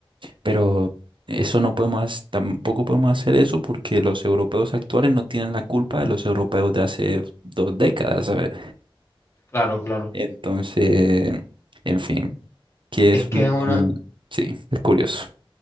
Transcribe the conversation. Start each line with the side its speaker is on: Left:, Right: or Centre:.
Right: Pero eso no podemos, hac- tampoco podemos hacer eso porque los europeos actuales no tienen la culpa de los europeos de hace dos décadas, ¿sabes?
Left: claro, claro.
Right: Entonces, en fin, que
Left: Es
Right: es
Left: que
Right: un...
Left: es
Right: tema-
Left: una,
Right: Sí, es curioso.